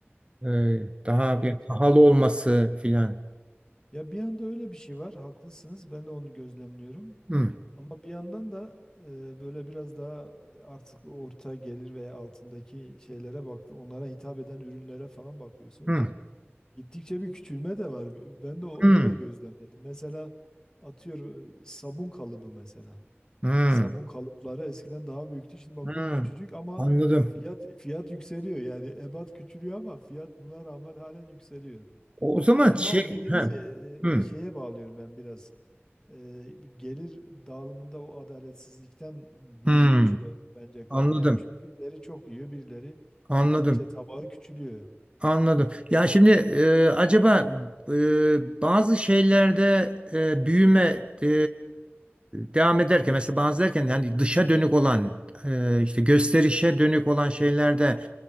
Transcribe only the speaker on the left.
Evet.
Ya bir yanda öyle bir şey var. Haklısınız. Ben de onu gözlemliyorum.
Ama bir yandan da e, böyle biraz daha artık orta gelir ve altındaki şeylere baktı, Onlara hitap eden ürünlere falan bakıyorsunuz.
Gittikçe bir küçülme de var. Ben de o-
onu da gözlemledim. Mesela atıyorum e, sabun kalıbı mesela.
Sabun kalıpları eskiden daha büyüktü. Şimdi bakıyorum
küçücük ama
fiyat fiyat yükseliyor. Yani ebat küçülüyor ama fiyat buna rağmen halen yükseliyor.
E, ama
o dediğiniz
e,
e, şeye bağlıyorum ben biraz. E, gelir dağılımında o adaletsizlikten büyük
ölçüde bence kay
yani çünkü birileri çok yiyor, birileri
gittikçe tabağı küçülüyor.